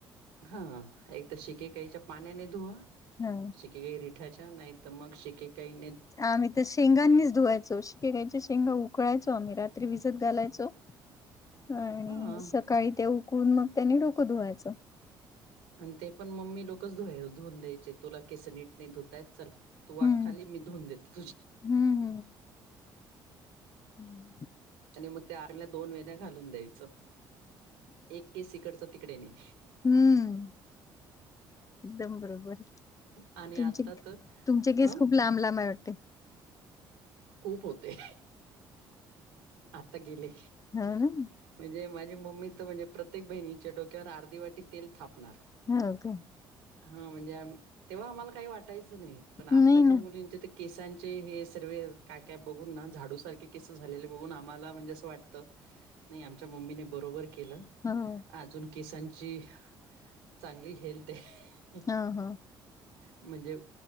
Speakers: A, on the right; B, on the left.
A: हा एक तर शिकेकाईच्या पाण्याने धुवा
B: हा
A: शिकेकाई रिठाच्या नाही तर मग शिकेकाई
B: आम्ही तर शेंगांनीच धुवायचो शेंगांच्या शेंगा उकळायचो आम्ही रात्री भिजत घालायचो आणि
A: हा.
B: काही ते उकळून मग त्यानी डोकं धुवायचं
A: आणि ते पण मम्मी लोकच धु धुवून द्यायचे तुला केसनीट नाही धुतायत चल तू वाक
B: हम्म
A: खाली मी धुवुन देते तुझी
B: हम्म हम्म हम्
A: आणि मग त्या आडव्या दोन वेन्या घालून द्यायचं एक केस इकडचं तिकडे नाही
B: हम्म एकदम बरोबर
A: आणि
B: तुमचे
A: आता तर
B: तुमचे केस
A: अ
B: खूप लांब लांब आहे वाटत ते
A: खूप होते आता गेले
B: हो ना
A: म्हणजे माझे मम्मी तर म्हणजे प्रत्येक बहिणीच्या डोक्यावर अर्धी वाटी तेल थापणार
B: हो का
A: हा म्हणजे, आमी तेव्हा आम्हाला काही वाटायचं नाही, पण आताच्या
B: नाही ना
A: मुलींचे ते केसांचे हे सर्वे काय काय बघून ना, झाडूसारखे केसं झालेले बघून आम्हाला म्हणजे असं वाटतं नाही आमच्या मम्मीने बरोबर केलं.
B: हो
A: अजून केसांची, चांगली हेल्थ आहे.
B: हो हो
A: म्हणजे,